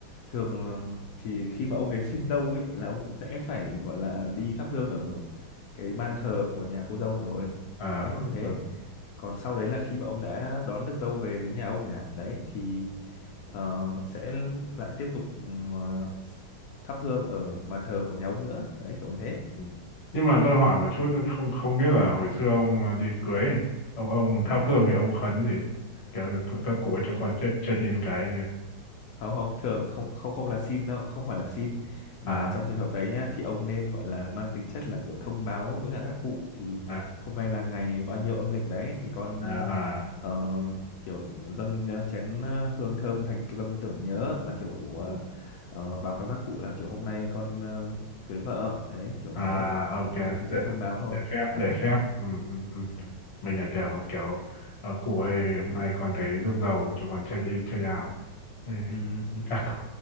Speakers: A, on the left (about 85°); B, on the left (about 40°).
A: thường thì khi mà ông đến xin dâu ấy là ông cũng sẽ phải gọi là đi thắp hương ở cái ban thờ của nhà cô dâu rồi
B: à,
A: đấy
B: ừ,
A: như thế
B: ừ.
A: còn sau đấy là khi mà ông đã đón được dâu về đến nhà ông nhà đấy thì ờ, sẽ lại tiếp tục ừm, ờ, thắp hương ở bàn thờ của nhà ông nữa đấy kiểu như thế
B: Ừ. nhưng mà tôi hỏi một chút nhưng không không biết là hồi xưa ông à, đi cưới ấy, ông ông
A: ừ.
B: thắp hương thì ông khấn gì kiểu như các cụ ơi cho con chết chết im cái
A: không không thường không không không là xin đâu không phải là xin mà
B: ờ, à
A: là trong trường hợp đấy nhá thì ông nên gọi là mang tính chất là kiểu thông báo với cả các cụ thì
B: à
A: hôm nay là ngày bao nhiêu âm lịch đấy thì con
B: à
A: ờ, ờ, kiểu dâng ờ, chén ờ, hương thơm thành tâm tưởng nhớ là kiểu
B: ừ.
A: ờ, ờ, báo cáo các cụ là kiểu hôm nay con ờ, cưới vợ đấy kiểu
B: à
A: như thế kiểu
B: ok
A: mang tính
B: lễ
A: chất thông báo thôi
B: lễ phép
A: đấy
B: lễ phép ừ, ừ, ừ.
A: ừ.
B: mình lại tưởng kiểu ờ, cụ ơi hôm nay con thấy rước dầu cho con chết im chết ào Ê,
A: Ừ.
B: các cụ